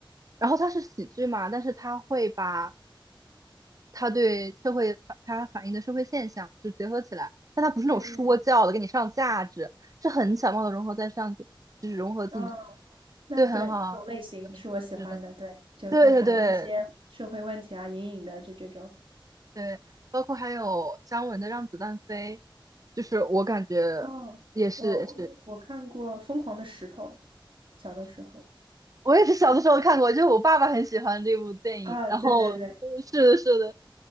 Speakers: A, on the right; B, on the right.
A: 然后他是喜剧嘛，但是他会把他对社会反他反映的社会现象就结合起来，但他不是那种说教的给你上价值，
B: 嗯
A: 是很巧妙的融合在上去就是融合进
B: 嗯，啊，那对这种类型是我喜欢的，
A: 对，很好，嗯，是，
B: 对，就会反映一些社会问题啊，
A: 对对对
B: 隐隐的就这种。
A: 对，包括还有姜文的《让子弹飞》，就是我感觉也是。
B: 哦，我我看过《疯狂的石头》，小的时候
A: 我也是小的时候看过，就是我爸爸很喜欢这部电影，
B: 啊，
A: 然嗯后嗯是的，
B: 对对对，
A: 是的，